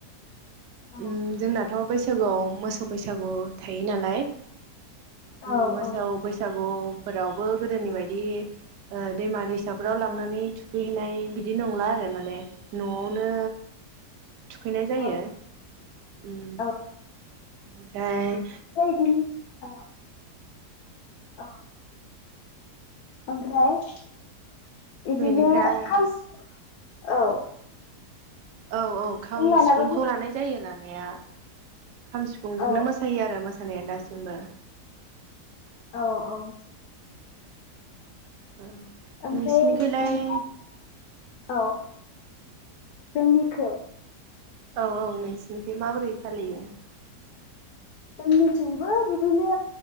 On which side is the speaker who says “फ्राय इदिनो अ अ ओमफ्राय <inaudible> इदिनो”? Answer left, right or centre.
Left